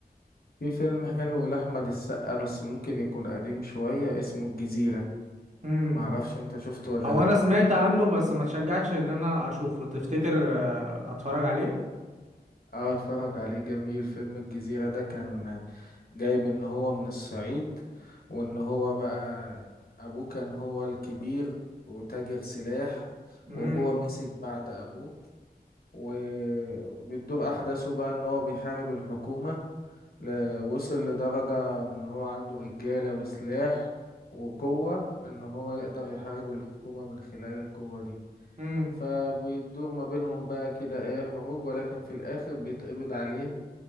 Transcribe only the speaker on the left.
في فيلم حلو لأحمد السقا بس ممكن يكون قديم شوية اسمه الجزيرة
معرفش انت شفته ولا
لأ
اه اتفرج عليه جميل فيلم الجزيرة ده كان جايب ان هو من الصعيد وان هو بقى ابوه كان هو الكبير وتاجر سلاح
وهو مسك بعد ابوه وبتدور احداثه بقى ان هو بيحارب الحكومة ل- وصل لدرجة إن هو عنده رجالة وسلاح وقوة إن هو يقدر يحارب الحكومة من خلال القوة دي
فبيدور ما بينهم بقى كده إيه حروب ولكن في الآخر بيتقبض عليه